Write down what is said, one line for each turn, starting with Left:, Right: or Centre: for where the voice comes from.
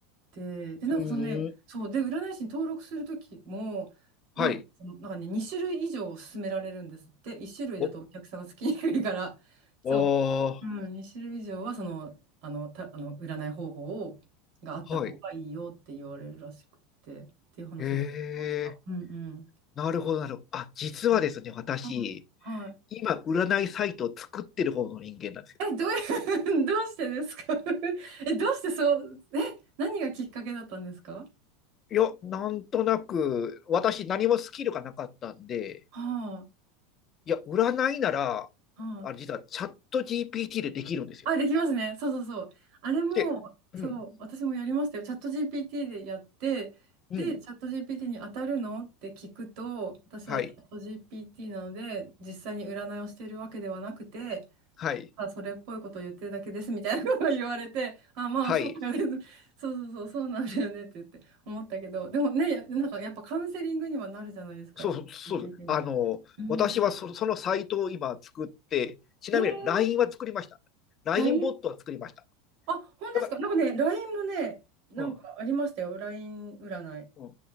Right: て、で、なんかそのね、
Left: うーん。
Right: そう、で、占い師に登録するときも、
Left: はい。
Right: なんかその、なんかね、2種類以上勧められるんですって、1種類だとお客さんがつきにくいから、
Left: お、
Right: そう、
Left: あ
Right: うん、2種類以上は、その、あの、た、あの、占い方法を、があった方がいいよって言われるらしくって、
Left: はい。
Right: っていう話も聞きました。
Left: ええ、
Right: うんう
Left: なるほど、なるほど。あ、実はですね、
Right: ん。
Left: 私、
Right: うんはい。
Left: 今、占いサイトを作ってる方の人間なんですよ。
Right: え、どういう、<laughs> どうしてですか <laughs> え、どうしてそう、え、何がきっかけだったんですか <laughs>
Left: いや、なんとなく、私、何もスキルがなかったんで、
Right: は
Left: いや、占いなら、
Right: い、はい、
Left: あ、実は、チャット GPT でできるんですよ。
Right: あ、できますね。そうそうそう。あれも、
Left: で、
Right: そう、
Left: うん、
Right: 私もやりましたよ。チャット GPT でやって、
Left: うん、
Right: で、チャット GPT に当たるのって聞くと、私はチャット
Left: はい、
Right: GPT なので、実際に占いをしているわけではなくて、
Left: はい、
Right: ただそれっぽいことを言ってるだけですみたいなことを言われて、あ、まあそうだよね。
Left: はい。
Right: そうそうそう、そうなんだよねって言って思ったけど、でもね、なんかやっぱカウンセリングにはなるじゃないですか、
Left: そうそう、
Right: チャット
Left: そうです。
Right: GPT
Left: あの、
Right: も。うん。
Left: 私はそ、そのサイトを今作って、ちなみに
Right: えー、
Left: LINE は作りました。LINE
Right: LINE
Left: ボットは作りました。
Right: あ、本当ですか。
Left: だから、
Right: なんかね、LINE もね、なんかありましたよ。
Left: うん、
Right: LINE 占い。
Left: うん、